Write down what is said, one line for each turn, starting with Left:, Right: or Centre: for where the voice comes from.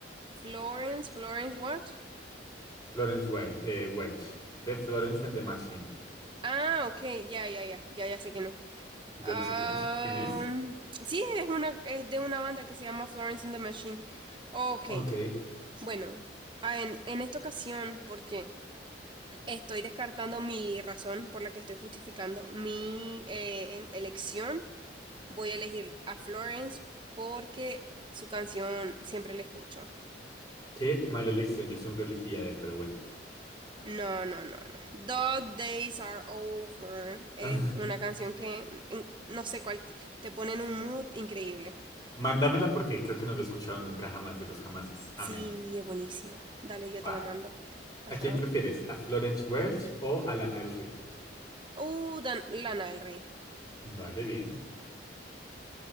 Right: Florence, Florence, what?
Left: Florence Welch, eh, Welch, de Florence and the Machine.
Right: Ah, ok, ya, ya, ya, ya, ya sé que no.
Left: Yo
Right: Am,
Left: no sé quién es. ¿Quién es?
Right: sí, es una, es de una banda que se llama Florence and the Machine. Ok,
Left: Ok,
Right: bueno, ah, en, en esta ocasión, porque estoy descartando mi razón por la que estoy justificando mi eh, elección, voy a elegir a Florence porque su canción siempre la escucho.
Left: qué mala elección, yo siempre elegiría a Adele, pero bueno.
Right: No, no, no, no. Dog Days Are Over es
Left: <laughs>
Right: una canción que, mm, no sé cuál, te pone en un mood increíble.
Left: Mándamela porque creo que no lo he escuchado nunca jamás de los jamases.
Right: Sí,
Left: Amén.
Right: es buenísima. Dale, yo te
Left: Va.
Right: la mando. Ajá.
Left: ¿A quién prefieres? ¿A Florence Welch o a Lana del Rey?
Right: Uh, Dan- Lana del Rey.
Left: Vale, bien.